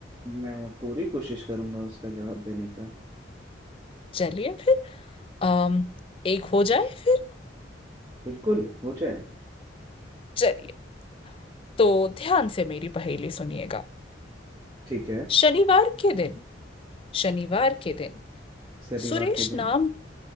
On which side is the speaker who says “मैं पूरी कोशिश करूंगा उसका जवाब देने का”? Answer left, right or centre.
Right